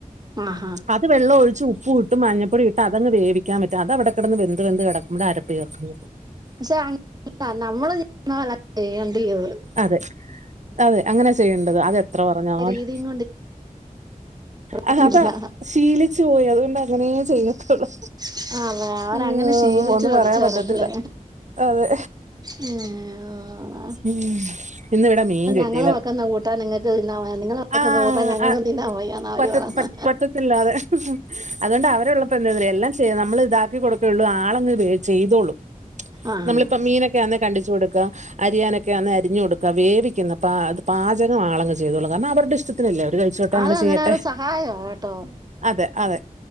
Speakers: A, on the right (about 30°); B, on the right (about 60°).
A: ആഹാ
B: അത് വെള്ളം ഒഴിച്ച് ഉപ്പും ഇത് മഞ്ഞപ്പൊടി ഇട്ട് അതങ്ങ് വേവിക്കൻ പറ്റുംഅത് അവിടെ കിടന്ന് വെന്ത് വെന്ത് കെടക്കുമ്പോ അരപ്പ ചേർക്ക
A: പക്ഷെഅങ്ങന നമ്മള് ചെയ്യുന്നപോല ചെയ്യേണ്ടീന്നത്
B: അതെ അതെ അങ്ങനെ ചെയ്യേണ്ടത് അതെഎത്ര പറഞ്ഞാലും
A: ആ രീതിയും കൊണ്ടിരിക്കത്തില്ല
B: ആഹ് അതാ ശീലിച്ചു പോയി അതുകൊണ്ട് അങ്ങനേ ചെയ്യത്തുള്ളൂ
A: അതെ അവരങ്ങനെ
B: അയ്യോ
A: ശീലിച്ചു
B: ഒന്നും
A: പഠിച്ചവരല്ലേ
B: പറയാൻ പറ്റത്തില്ല അതെ
A: ഉം
B: ഉം ഇന്ന് ഇവിടെ മീൻ കിട്ടിയില്ല
A: ഇങ്ങള് വെക്കുന്ന ട്ട നിങ്ങക്ക് തിന്നയാ നിങ്ങള് വെക്കുന്നകൂട്ടാൻ
B: ആഹ്
A: ഞങ്ങക്ക്
B: ആഹ്
A: തിന്നാൻ വയ്യാന്ന് അവര്
B: പറ്റ
A: പറഞ്ഞന്ന്
B: പറ്റത്തില്ലാതെ അതുകൊണ്ട് അവരുള്ളപ്പോ എന്തന്നറിയോ എല്ലാം ചെയ്യ നമ്മൾ ഇതാക്കി കൊടുക്കുകയുള്ളൂ ആളെങ്ങ് ചെയ്തോളും
A: ആഹ്
B: നമ്മളിപ്പം മീനൊക്കെ ആണ കണ്ടിച്ചു കൊടുക്ക അരിയാനൊക്കെ അന്ന് അരിഞ്ഞു കൊടുക്ക വേവിക്കുന്ന അപ്പ പാചകം ആളങ്ങ് ചെയ്തോളും കാരണംഅവരുടെഇഷ്ടത്തിനല്ലെ അവര് ച്ചോട്ടെ അങ്ങനെ
A: അത്
B: ചെയ്യട്ടെ
A: അന്നേരം ഒരു സഹായവാ കേട്ടോ
B: അതെ അതെ